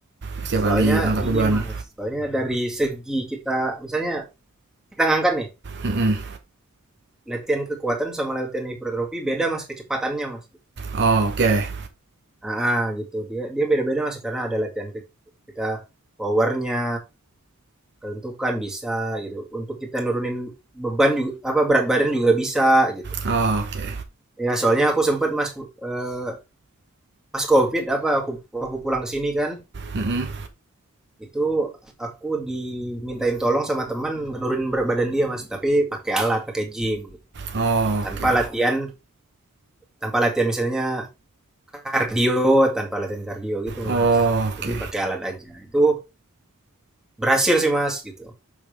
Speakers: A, on the right (about 50°); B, in the centre.
A: setiap
B: Soalnya
A: kali angkat
B: gini
A: beban
B: Mas, soalnya dari segi kita misalnya kita ngangkat nih,
A: Mm-mm.
B: latihan kekuatan sama latihan hipertrofi beda Mas kecepatannya Mas.
A: oh, oke Okay.
B: Ah, ah, gitu. Dia dia beda-beda Mas karena ada latihan ke- kita powernya, kelentukan bisa gitu untuk kita nurunin beban juga apa berat badan juga bisa gitu
A: Oh, oke.
B: ya soalnya aku sempat mas eh, pas covid apa aku aku pulang ke sini kan
A: Mm-mm.
B: itu aku dimintain tolong sama teman nurunin berat badan dia mas tapi pakai alat pakai gym gitu.
A: Oh,
B: tanpa
A: oke.
B: latihan tanpa latihan misalnya kardio tanpa latihan kardio gitu
A: Oh,
B: mas
A: oke.
B: jadi pakai alat aja itu berhasil sih mas gitu